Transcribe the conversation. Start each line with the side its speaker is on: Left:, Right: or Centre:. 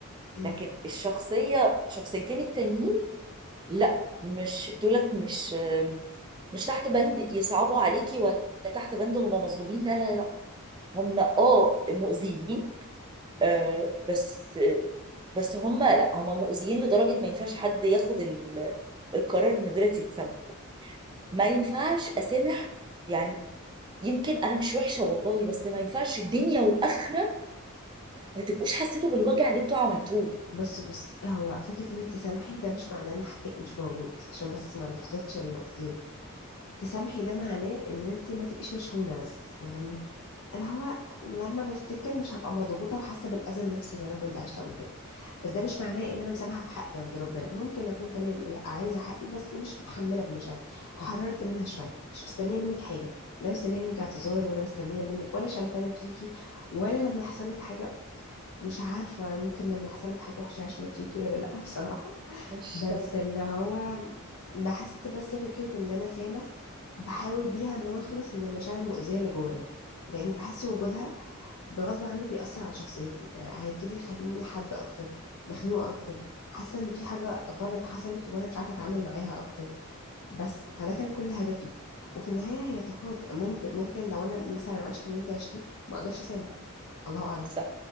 Left: مم.
Right: لكن الشخصية شخصيتين التانيين لا مش دولت مش مش تحت بند يصعبوا عليكي ولا تحت بند هم مظلومين لا لا لا هم اه مؤذيين آه بس بس هم لا هم مؤذيين لدرجة ما ينفعش حد ياخد ال- القرار ان دلوقتي يتسمع ما ينفعش اسامح يعني يمكن انا مش وحشة والله بس ما ينفعش الدنيا واخرة ما تبقوش حسيتوا بالوجع اللي انتوا عملتوه
Left: بصي بس هو فكرة انك تسامحي ده مش معناه ان حقك مش موجود عشان بس ما نختلطش النقطتين تسامحي ده معناه ان انت ما تبقيش مشحونة بس يعني اللي هو لما بفتكر مش هبقى مضغوطة وحاسة بالاذى النفسي اللي انا كنت عشته قبل كده بس ده مش معناه ان انا مسامحة في حقي عند ربنا ممكن اكون تمام لا عايزة حقي بس مش متحملة بمشاعري اتحررت منها شوية مش مستنية منك حاجة لا مستنية منك اعتذار ولا مستنية منك ولا شمتانة فيكي ولا لما يحصل لك حاجة مش عارفة ممكن لما يحصل لك حاجة وحشة عشان ما تيجي ولا لأ بصراحة
Right: مش
Left: بس
Right: صح
Left: اللي هو بحس بس فكرة إن أنا سامح بحاول بيها إن أنا أخلص من المشاعر المؤذية اللي جوايا لأن بحس وجودها بغصب عنه بيأثر على شخصيتي يعني هيبتدي يخليني حد أكتر مخنوقة أكتر حاسة إنه في حاجة غلط حصلت وأنا مش عارفة أتعامل معاها أكتر بس فده كان كل هدفي وفي النهاية هي طاقات ممكن ممكن لو أنا مثلا عشت اللي أنت عشتيه ما أقدرش أسامح الله أعلم
Right: صح